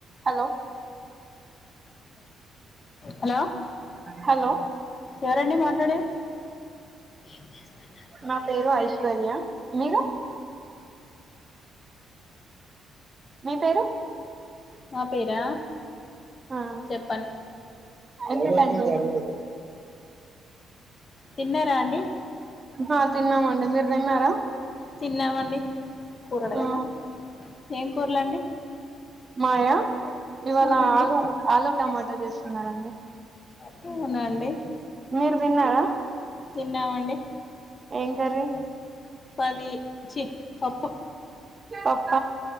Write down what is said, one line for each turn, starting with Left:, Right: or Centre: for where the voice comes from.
Right: హలొ
Left: హలో
Right: హలో
Left: ఎవరండి మాట్లాడేది ఎం చేస్తున్నారు మ
Right: నా పేరు ఐశ్వర్య మీరు మీ పేరు
Left: మా పేరా
Right: హా
Left: చెప్పను
Right: అవునటనిపించింది
Left: తిన్నరా అం
Right: అహ తిన్నామండి మీరు తిన్నారా
Left: తిన్నామండి కూరడగాల్న
Right: ఆ
Left: ఏం కూరలండి
Right: మాయా ఇవాళ
Left: అవునండి
Right: ఆలు ఆలు టమాటా చేస్తున్నారండి
Left: ట్లు ఉన్నాయ అండి
Right: మీరు విన్నారా
Left: తిన్నామండి
Right: ఏం కర్రీ
Left: ది చి పప్పు
Right: పప్ప